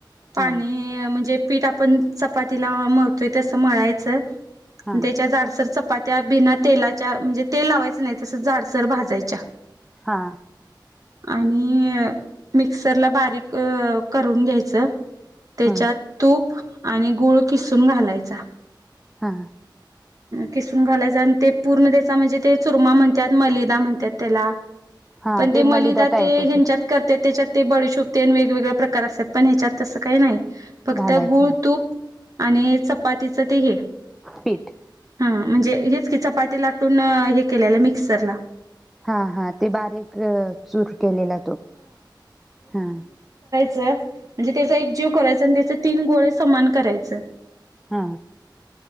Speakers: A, on the right (about 45°); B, in the centre.
A: पाणी
B: हा
A: म्हणजे पीठ आपण चपातीला मळतोय तसं मळायचं.
B: हा
A: त्याच्या जाडसर चाप चपात्या बिना तेलाच्या म्हणजे तेल लावायचं नाही तसंच झाडसर भाजायच्या.
B: हा,
A: आणि मिक्सरला बारीक अ करून घ्यायचं. त्याच्यात
B: हा.
A: तूप, आणि गुळ किसून घालायचा.
B: हा
A: किसून घालायच आणि ते पूर्ण त्याचा म्हणजे ते चुरमा म्हणतात मलिदा म्हणतात त्याला
B: हा
A: पण ते मलिदा
B: टाईपच
A: ते ह्यांच्यात
B: होत
A: करत्यात त्याच्यात ते बडीशोप ते आणि वेगवेगळे प्रकार. असतात पण ह्याच्यात तसं काही नाही. फक्त
B: घालायचं
A: गूळ,
B: नाही
A: तूप आणि चपातीच ते हे
B: पीठ.
A: हम म्हणजे हेच की चपाती लाटायच. पुन्हा हे केलेलं मिक्सर ला.
B: हा हा ते बारीक चूर केलेला तो. हा
A: तर त्याचा एक जीव करायचा आणि त्याचे तीन गोळे समान करायच.
B: हा.